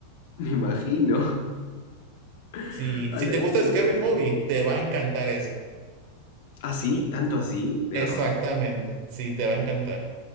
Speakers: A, on the left; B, on the right.
A: Me imagino. <laughs>
B: Si,
A: la
B: si te gusta
A: qué locazo.
B: Scary Movie, te va a encantar eso.
A: ¿Ah, sí? ¿Tanto así? ¿De
B: Exactamente,
A: verdad?
B: sí, te va a encantar.